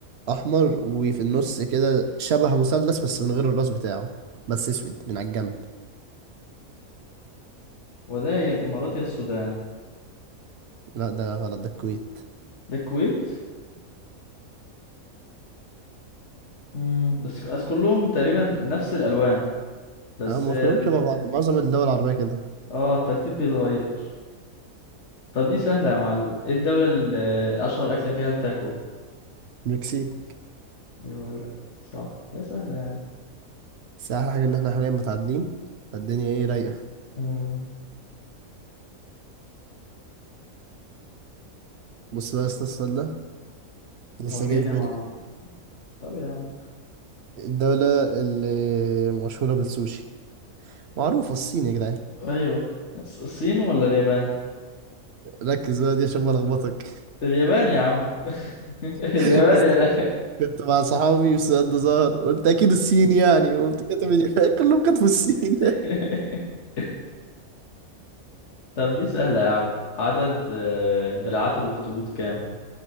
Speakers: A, on the right; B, on the left.
A: أحمر وفي النص كده شبه مثلث بس من غير الراس بتاعه بس أسود من على الجنب
B: وده يا الإمارات يا السودان
A: لا ده غلط ده الكويت
B: ده الكويت مم. بس بس كلهم تقريبا نفس الألوان بس
A: اه ما
B: ال...
A: كلهم شبه بعض معظم الدول العربية كده
B: اه الترتيب بيتغير طب دي سهلة يا معلم ايه الدولة اللي أشهر أكلة فيها التاكو
A: المكسيك
B: يا ولد صح يا سهلة يعني
A: بس أحلى حاجة إن احنا حاليا متعادلين فالدنيا ايه رايقة
B: مم.
A: بص بقى يا اسطى السؤال ده لسه
B: ورينا
A: جاي في بالي
B: يا معلم طب يا عم
A: الدولة اللي مشهورة بالسوشي معروفة الصين يا جدعان
B: أيوه الص- الصين ولا اليابان
A: ركز بقى دي عشان ما ألخبطك
B: اليابان يا عم <laughs> اليابان
A: <laughs>
B: يا لا
A: كنت مع صحابي والسؤال ده ظهر قلت اكيد الصين يعني وقمت كاتب اللي <laughs> كلهم كتبوا الصين
B: <laughs> طب دي سهلة يا عم عدد آه، دراعات الأخطبوط كام